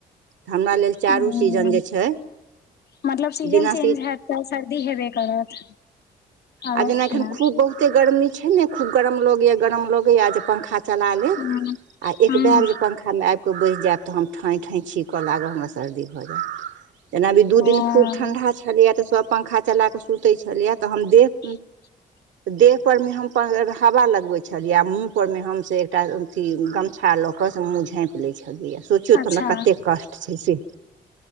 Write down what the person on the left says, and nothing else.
हूँ
मतलब सीजन
चेंज
हेयत तऽ सर्दी हेबे करत आरो
ना
हूँ
हूँ
हँ
<inaudible>
अच्छा